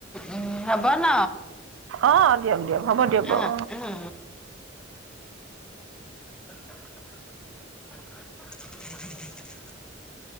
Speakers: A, in the centre; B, on the right (about 80°).
A: উ হব ন
B: অ দিয়ক দিয়ক হ'ব দিয়ক বাৰু
A: অ উ উ <unintelligible>